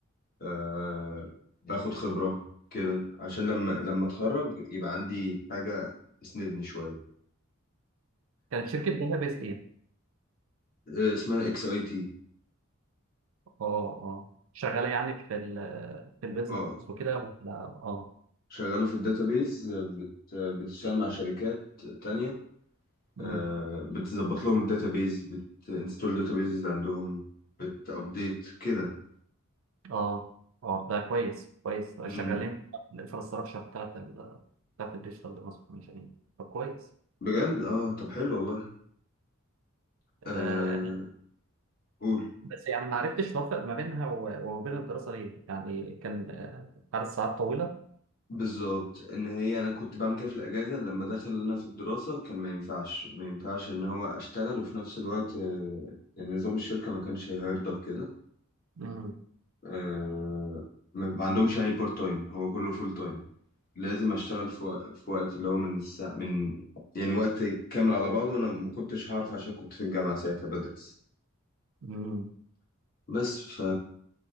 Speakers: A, on the left; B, on the right.
A: آه باخد خبرة كده عشان لما لما اتخرج يبقى عندي حاجة تسندني شوية
B: كانت شركه داتابيز ايه؟
A: آه اسمها اكس اي تي
B: اه اه شغاله يعني في ال في البيزنس
A: اه
B: وكده ولا اه
A: شغالة في الداتابيز آه، بت بتشتغل مع شركات تانية آه
B: امم
A: بتظبط لهم الداتابيز بتنستول داتابيز عندهم بتابديت كده
B: اه اه ده كويس كويس
A: مم،
B: شغالين الانفراستراكشر بتاعت ال بتاعت الديجيتال ترانسفورميشن طب كويس
A: بجد اه طب حلو والله
B: آه،
A: آه قول
B: بس يعني ما عرفتش اوفق ما بينها و- وما بين الدراسه ليه يعني كان آه، عدد ساعات طويله
A: بالظبط ان هي انا كنت بعمل كده في الاجازه لما دخل لنا في الدراسه كان ما ينفعش ما ينفعش ان هو اشتغل وفي نفس الوقت آه، يعني نظام الشركه ما كانش هيرضى بكده
B: امم
A: آه، ما ما عندهمش يعني بارت تايم هو كله فول تايم لازم اشتغل في وق- في وقت اللي هو من الساعه من يعني وقت كامل على بعضه وانا ما كنتش هعرف عشان كنت في الجامعه ساعتها بدرس
B: امم
A: بس ف